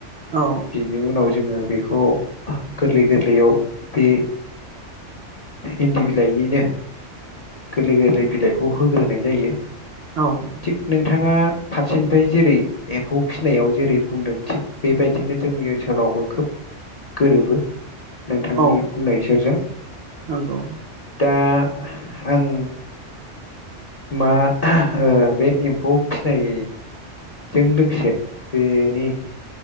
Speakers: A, on the right; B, on the left.
A: औ
B: बिनि उनाव जोङो बेखौ गोरलै गोरलैयाव बे इन्दि बिलाइनिनो गोरलै बिलायखौ होग्रोनाय जायो
A: औ
B: थिग नोंथाङा फारसेनिफ्राय जेरै एम्फौ फिसिनायाव जेरै बुंदों थिग बेबायदिनो जोंनि ओनसोलावबो खोब गोरोबो नोंथांनि
A: औ
B: बुंनाय फोरजों
A: नंगौ
B: दा आं मा ओ बे एम्फौ फिनाय जों लोगोसे बेनि